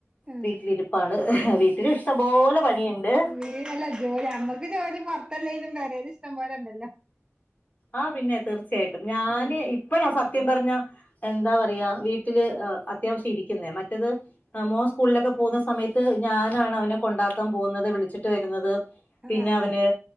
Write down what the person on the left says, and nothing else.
വീട്ടിലിരിപ്പാണ് വീട്ടില് ഇഷ്ടംപോലെ പണിയിണ്ട്
ആ പിന്നെ തീർച്ചയായിട്ടും ഞാന്
ഇപ്പഴ സ ത്യം പറഞ്ഞ എന്താ പറയാ വീട്ടില് അത്യാവശ്യം ഇരിക്കുന്നേ മറ്റത് മോൻ സ്കൂളിലക്കെ പോവുന്ന സമയത്ത് ഞാനാണ് അവനെ കൊണ്ടാക്കാൻ പോവുന്നത് വിളിച്ചിട്ട് വെരുന്നത് പിന്നെ
അവന്